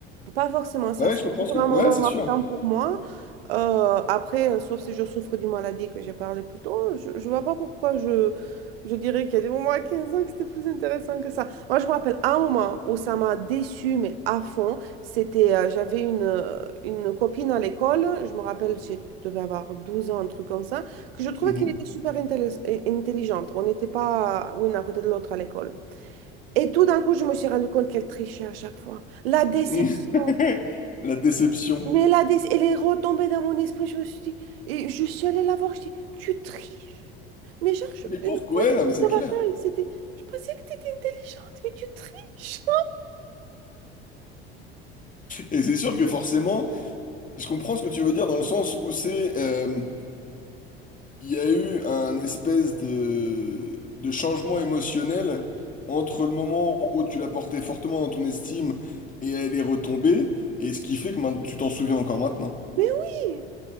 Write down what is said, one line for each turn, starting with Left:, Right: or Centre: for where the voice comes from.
Right: Pas forcément, ça
Left: Ouais,
Right: sera
Left: je comprends
Right: toujours
Left: ce que...
Right: un moment
Left: Ouais, c'est
Right: marquant
Left: sûr.
Right: pour moi. Euh, après, euh, sauf si je souffre d'une maladie que j'ai parlé plus tôt, je ne vois pas pourquoi je, je dirais qu'il y a des moments à 15 ans que c'était plus intéressant que ça. Moi, je me rappelle un moment où ça m'a déçue, mais à fond. C'était, euh, j'avais une, euh, une copine à l'école, je me rappelle, j'ai- je devais avoir 12 ans, un truc comme ça, que je trouvais
Left: Mhm.
Right: qu'elle était super intelli- intelligente. On n'était pas euh, une à côté de l'autre à l'école. Et tout d'un coup, je me suis rendu compte qu'elle trichait à chaque fois. La déception.
Left: <laughs> La déception.
Right: Mais là, des- elle est retombée dans mon esprit. Je me suis dit, et je suis allée la voir. Je dis, tu triches. Mais genre, je,
Left: Mais pourquoi?
Right: je me
Left: Ouais, Non, mais c'est clair.
Right: rappelle, c'était, je pensais que tu étais intelligente, mais tu triches.
Left: Et c'est sûr que forcément, je comprends ce que tu veux dire dans le sens où c'est, euh, il y a eu un espèce de, de changement émotionnel entre le moment où tu la portais fortement dans ton estime et elle est retombée, et ce qui fait que maintenant, tu t'en souviens encore maintenant.
Right: <laughs> Mais oui,